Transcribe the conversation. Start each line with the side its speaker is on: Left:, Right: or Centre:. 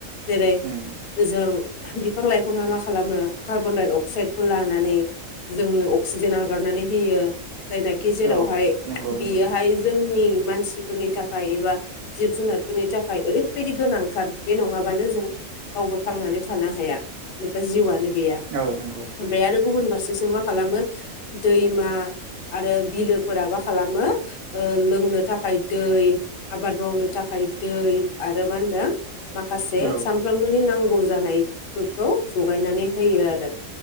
Left: जेरै
Right: उम
Left: जों बिफां लाइफाङा मा खालामो कार्बनडाइ अक्साइदखौ लानानै जोंनो अक्सिजेन हगारनानै होयो जायनाखि जेरावहाय
Right: औ नंगौ
Left: बियोहाय
Right: नंगौ
Left: जोंनि मानसि मानसिफोरनि थाखाय एबा जिब जुनारफोरनि थाखाय ओरैबायदि गोनांथार बे नङाबानो जों रावबो थांनानै थानो हाया एबा जिउआनो गैया
Right: औ नंगौ
Left: ओमफ्राय आरो गुबुन फारसेथिं मा खालामो दैमा आरो बिलोफोरा मा खालामो लोंनो थाखाय दै आबाद मावनो थाखाय दै आरो मा होनदों माखासे
Right: औ
Left: सानफ्रोमबोनि नां गौ जानायफोरखौ जगायनानै होयो आरो